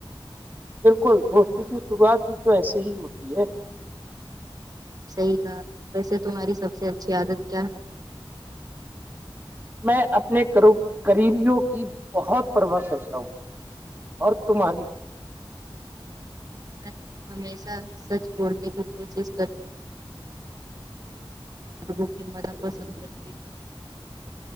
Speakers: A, on the right; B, on the right.
A: بالکل دوستی کی شروعات بھی تو ایسے ہی ہوتی ہے
B: صحیح کہا ویسے تمہاری سب سے اچھی عادت کیا ہے
A: میں اپنے کرو قریبیوں کی بہت پرواہ کرتا ہوں اور تمہاری بھی
B: میں ہمیشہ سچ بولنے کی کوشش کر لوکنگ مناا پسند کرتے